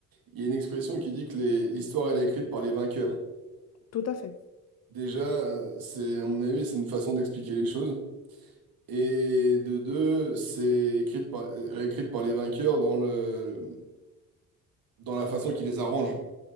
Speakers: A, on the right; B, on the left.
A: Il y a une expression qui dit que les- l'histoire elle est écrite par les vainqueurs.
B: Tout à fait.
A: Déjà, euh, c'est à mon avis, c'est une façon d'expliquer les choses. Et de deux, c'est écrite par réécrite par les vainqueurs dans le dans la façon qui les arrange.